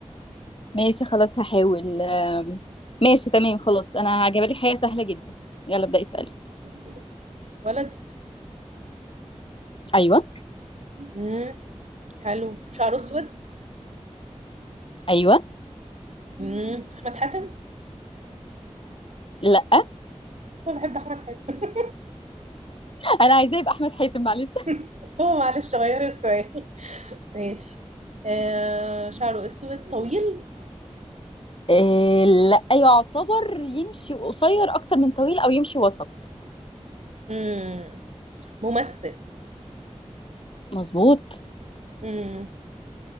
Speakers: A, on the left; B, on the right.
A: ماشي خلاص هحاول آم، ماشي تمام خلاص انا هجيبلك حاجة سهلة جدا يلا ابدأي اسألي
B: أوكي. ولد
A: ايوه
B: مم. حلو شعره أسود
A: ايوه
B: امم احمد حاتم
A: لا
B: انا بحب احمد حاتم
A: انا عايزاه يبقى احمد حاتم معلش
B: <laughs> هو معلش غيري السؤال <laughs> ماشي آه شعره اسود طويل
A: إيه لا يعتبر يمشي قصير اكتر من طويل او يمشي وسط
B: امم ممثل
A: مظبوط
B: امم